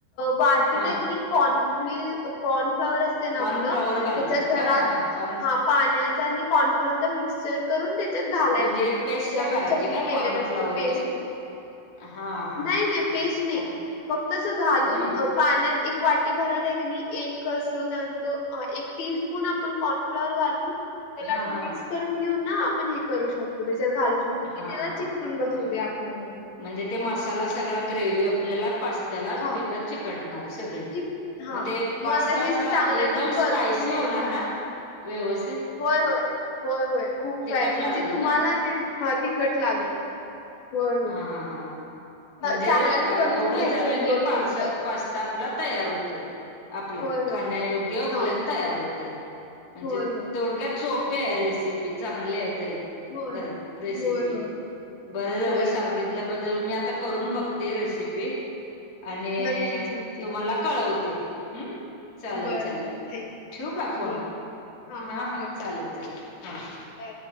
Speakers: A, on the left (about 60°); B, on the left (about 25°).
A: वाटीत
B: हा
A: आहे का नाही कॉर्नफ्ली कॉर्नफ्लॉवर अस
B: कॉर्नफ्लॉवर
A: आपलं
B: घालायचं
A: त्याच्यात जरा
B: काय हा कॉर्न
A: पाण्याचा आणि कॉर्नफ्लावरचा मिक्स करून त्याच्यात घालायचं
B: म्हणजे पेस्ट
A: जे आपण
B: करायची
A: चटणी
B: काय
A: केलेलं
B: कॉर्नफ्लॉवरची?
A: असतं पेस्ट.
B: हा हा
A: नाय,
B: हा
A: नाय
B: हा
A: पेस्ट नाही
B: अर
A: फक्त अस घालून
B: हम्म
A: पाण्यात एक वाटी भरारानी एक असं त्यानंतर एक टी स्पून आपण कॉर्नफ्लॉवर घालून त्याला
B: हा
A: असं
B: हा
A: मिक्स करून घेऊन ना आपण हे करू शकतो. त्याच्यात घालू शकतो
B: हा
A: कि त्याला चिकटून बसू
B: हा
A: दे आपलं म्हणून.
B: म्हणजे ते मसाला सगळा ग्रेव्ही आपल्याला पास्त्याला
A: हा
B: तिथं चिकट णार सगळी
A: चिक हा
B: मग ते पास्ता
A: आता हे
B: असा
A: चांगल्यान
B: एकदम
A: परतून
B: स्पायसी
A: घ्यायचा
B: होणार ना? व्यवस्थित.
A: होय होय होय होय खूप स्पाय
B: तिखट
A: म्हणजे
B: लागेल
A: तुम्हाला
B: ना
A: ते हा तिखट लागल. होय होय
B: हां हां हां म्हणजे
A: चांगल्यान परतून
B: एवढं
A: घ्यायचं
B: झालं
A: एक दोन
B: की पार्स
A: मिनिटं
B: पास्ता आपला तयार होतोय आपला
A: होय
B: खाण्यायोग्य
A: होय
B: आपल्याला
A: हा
B: तयार होतोय. म्हणजे
A: होय होय
B: थोडक्यात सोपी आहे रेसिपी चांगली आहे ताई.
A: होय
B: कर, रेसिपी
A: होय होय
B: बर झालं
A: होय होय
B: सांगितल्याबद्दल, मी आता करून बघते रेसिपी आणी
A: नक्कीच नक्कीच
B: तुम्हाला कळवते, हम्म. चालेल,
A: बरं
B: चालेल
A: बरं थँक
B: ठेऊ का फोन?
A: बरं हां
B: हा,
A: हां
B: हा
A: ठेव
B: चालेल, चालेल हा
A: चालेल